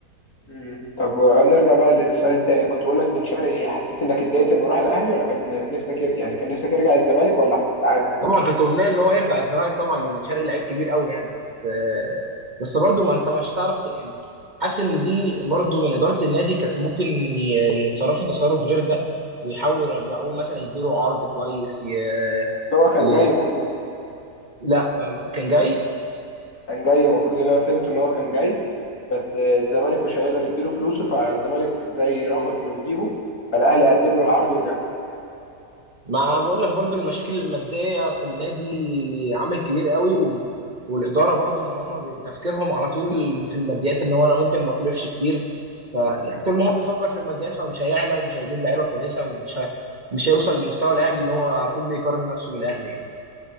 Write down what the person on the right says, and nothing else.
طبعا كانت امنيه ان هو يرجع الزمالك طبعا بن شرقي لعيب كبير قوي يعني بس آه، بس برضه ما انت مش تعرف ت- يعني حاسس ان دي برضه من اداره النادي كانت ممكن ي- يتصرفوا تصرف غير ده ويحاولوا يرجعوه مثلا يديله عرض كويس ي...
ي...
لا آه، كان جاي
ما بقول لك برضو المشاكل المادية في النادي عامل كبير قوي و... والإدارة برضو إن هم ب- تفكيرهم على طول في الماديات إن هو أنا ممكن ما أصرفش كتير ف... يعني طول ما هو بيفكر في الماديات فمش هيعلى ومش هيجيب لعيبة كويسة ومش ه... مش هيوصل لمستوى الأهلي إن هو على طول بيقارن نفسه بالأهلي يعني